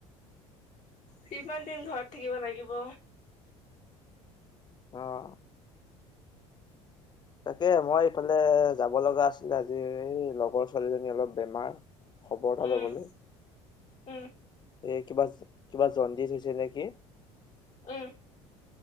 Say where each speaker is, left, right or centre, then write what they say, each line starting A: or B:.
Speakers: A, on the left; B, on the left.
A: সিমান দিন ঘৰত থাকিব লাগিব
B: আহ তাকে মই এইফালে যাব লগা আছিলে আজি এই লগৰ ছোৱালীজনী অলপ বেমাৰ খবৰ
A: উম,
B: এটা ল'বলৈ
A: উম,
B: এই কিবা কিবা জ দি থৈছে নেকি
A: আহ